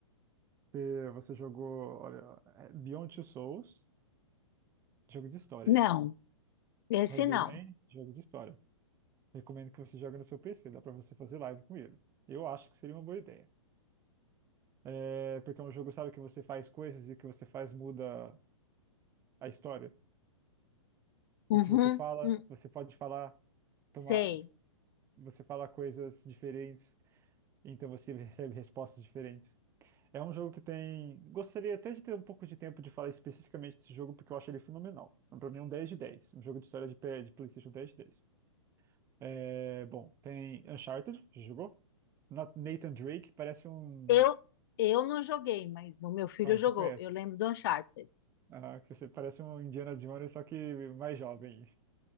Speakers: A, on the right; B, on the left.
A: Você, você jogou, olha, é Beyond Two Souls, jogo de história,
B: Não,
A: é isso.
B: esse
A: Heavy
B: não.
A: Rain, jogo de história. Recomendo que você jogue no seu PC, dá pra você fazer live com ele. Eu acho que seria uma boa ideia. É, porque é um jogo, sabe, que você faz coisas e o que você faz muda a história.
B: Uhum,
A: O que você fala,
B: hum,
A: você pode falar, tomar,
B: sei.
A: você fala coisas diferentes, então você recebe respostas diferentes. É um jogo que tem. Gostaria até de ter um pouco de tempo de falar especificamente desse jogo, porque eu acho ele fenomenal. Pra mim é um 10 de 10. Um jogo de história de, P- de PlayStation 10 de 10. É, bom, tem Uncharted, já jogou? Na- Nathan Drake, parece um.
B: Eu, eu não joguei, mas o meu filho
A: Ah, você
B: jogou.
A: conhece?
B: Eu lembro do Uncharted.
A: Ah, que você parece um Indiana Jones, só que mais jovem.